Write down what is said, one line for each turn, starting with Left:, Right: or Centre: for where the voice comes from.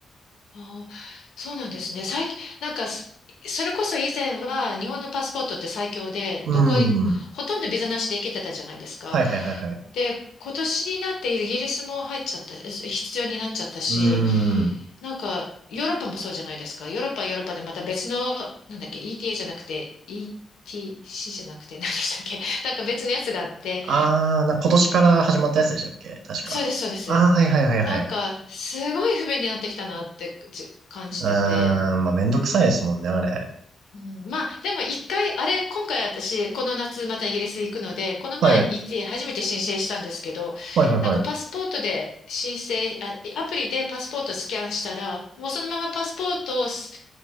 Left: あー、そうなんですね。最近、なんかす、それこそ以前は日本のパスポートって最強で、
Right: う
Left: どこに、
Right: ん。は
Left: ほとんどビザなしで行けてたじゃないですか。
Right: いはいはいはい。
Left: で、今年になってイギリスも入っちゃった、え必要になっちゃったし、
Right: うん。
Left: なんか、ヨーロッパもそうじゃないですか。ヨーロッパはヨーロッパでまた別の、なんだっけ、ETA じゃなくて、ETC じゃなくて、<laughs> 何でしたっけ。なんか別のやつがあって、
Right: ああ、な、今年から始まったやつでしたっけ確か。
Left: そうです、そうです。
Right: ああ、はいはいはいはい。
Left: なんか、すごい不便になってきたなってじ感じてて、
Right: うーん、まあ、めんどくさいですもんね、あれ。
Left: うん、まあ、でも一回、あれ、今回私、この夏またイギリス行くので、この前
Right: はい。
Left: ETA 初めて申請したんですけど、
Right: はいはいはい。
Left: なんかパスポートで申請、あ、アプリでパスポートスキャンしたら、もうそのままパスポートをす、